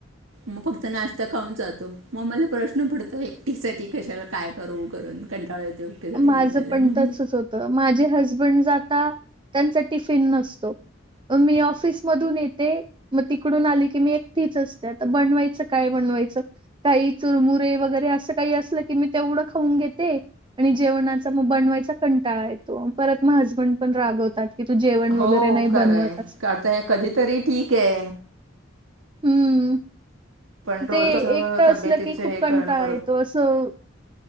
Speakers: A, on the right; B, on the right.
A: मग फक्त नाश्ता खाऊन जातो मग मला प्रश्न पडतो एकटीसाठीठी कशाला काय करू करू कंटाळा येतो एकटीसाठी
B: माझं
A: बनवायला
B: पण
A: मग
B: तसच
A: मी
B: होतं माझे हसबंड जाता त्यांचा टिफिन नसतो मी ऑफिसमधून येते मग तिकडून आली की मी एकटीच असतात बनवायचं काय बनवायचं काही चुरमुुरे वगैरे असं काही असलं की मी तेवढं खाऊन घेते ते आणि जेवणाचा मग बनवायचा कंटाळा येतो परत म हसबंड पण रागवतात की तू जेवण
A: हो
B: वगैरे नाही
A: खरंय
B: बनवत अस
A: आता कधीतरी ठीक आहे
B: हम्म
A: पण रोज
B: ते
A: असं
B: एकट असलं
A: तब्येतीचं
B: की खूप
A: हे
B: कंटाळा
A: करणं बरोबर
B: येतो असं.